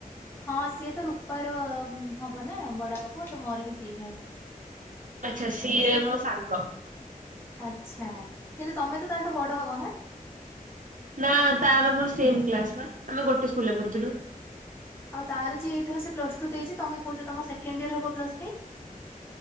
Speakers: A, on the left (about 15°); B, on the right (about 65°).
A: ହଁ ସିଏ ତ ରୂପାର ହବ ନା ବଡ ବାପା ପୁଅ ତ ମୋର ବି ସେଇ ଭାଇ।
B: ଆଚ୍ଛା ସିଏ
A: ସେ
B: ମୋ ସାଙ୍ଗ।
A: ଆଚ୍ଛା କିନ୍ତୁ ତମେ ତ ତାଠୁ ବଡ ହବ ନା?
B: ନା ତାର ମୋର ସେମ କ୍ଲାସ ବା ଆମେ ଗୋଟେ ସ୍କୁଲରେ ପଢୁଥିଲୁ।
A: ଆଉ ତାର ଯି ଏଇଥର ସେ ପ୍ସ ଟୁ ଦେଇଛି, ତମେ କହୁଛ ତମର ସେକଣ୍ଡ ଇୟର ହବ ବୋଲି।